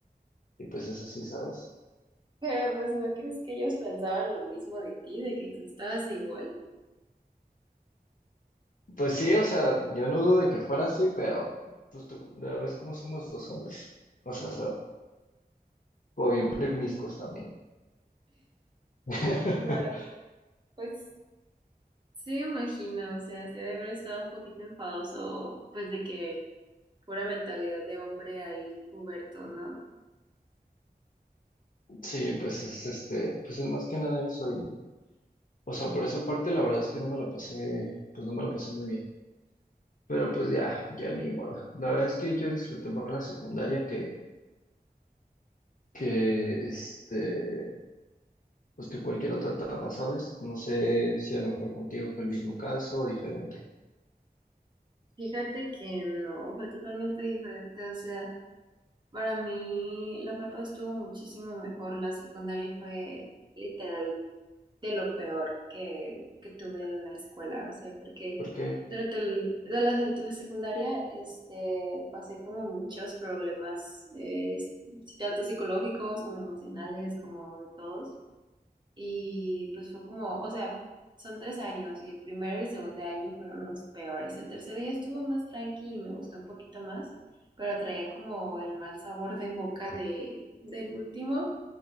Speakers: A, on the left; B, on the right.
A: y pues es así, ¿sabes?
B: <laughs> Pero pues no crees que ellos pensaban lo mismo de ti, de que tú estabas igual.
A: Pues sí, o sea, yo no dudo de que fuera así, pero pues tú, ya ves cómo somos los hombres. O sea, O bien premiscos también. <laughs>
B: No, pues sí me imagino, o sea, sí ha de haber estado un poquito enfadoso, pues de que pura mentalidad de hombre ahí puberto, ¿no?
A: Sí, pues es este, pues es más que nada eso y, o sea, por esa parte la verdad es que no me la pasé, pues no me la pasé muy bien. Pero pues ya, ya ni modo. La verdad es que yo disfruté más la secundaria que, que este, pues que cualquier otra etapa, ¿sabes? No sé si a lo mejor contigo fue el mismo caso o diferente.
B: Fíjate que no, fue totalmente diferente, o sea, para mí la prepa estuvo muchísimo mejor, la secundaria fue literal de lo peor que, que tuve en la escuela, o sea, porque
A: Porque,
B: durante el, de la, durante la secundaria, este, pasé como muchos problemas, eh, tanto psicológicos como emocionales, como de todos. Y pues fue como, o sea, son tres años y el primero y el segundo año fueron los peores. El tercero ya estuvo más tranqui y me gustó un poquito más, pero traía como el mal sabor de boca de, del último.